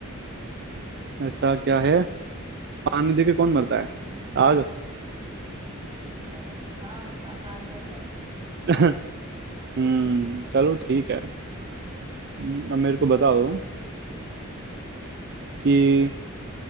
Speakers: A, on the right; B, on the right.
A: ऐसा क्या है पानी देके कौन मरता है आग
B: अरे यार हाँ आसान सा था
A: <laughs> हम्म चलो ठीक है हम्म, अब मेरे को बताओ कि
B: पूछो